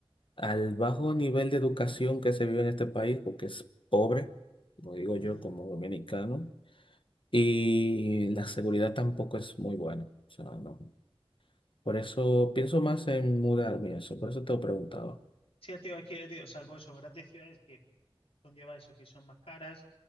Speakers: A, on the left (about 60°); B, on the left (about 85°).
A: al bajo nivel de educación que se vive en este país, porque es pobre, como digo yo
B: ujú.
A: como dominicano. Y la seguridad tampoco es muy buena. O sea, no. Por eso pienso más en mudarme, y eso. Por eso te lo preguntaba.
B: Sí, tío, aquí, tío, salvo eso, grandes ciudades que conlleva eso, que son más caras.